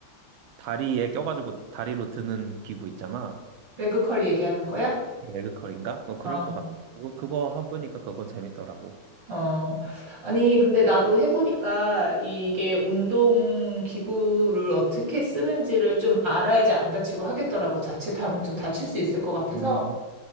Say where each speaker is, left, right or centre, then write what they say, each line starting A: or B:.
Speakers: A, on the right (about 80°); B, on the right (about 65°).
A: 다리에 껴가지고 다리로 드는 기구 있잖아.
B: 레그컬 얘기하는 거야?
A: 그 레그컬인가? 어, 그럴
B: 어,
A: 것 같아. 그거, 그거 해보니까 그건 재밌더라고.
B: 어, 아니, 근데 나도 해보니까 이게 운동 기구를 어떻게 쓰는지를 좀 알아야지 안 다치고 하겠더라고. 자칫하면 좀 다칠 수 있을 것 같아서.
A: 음,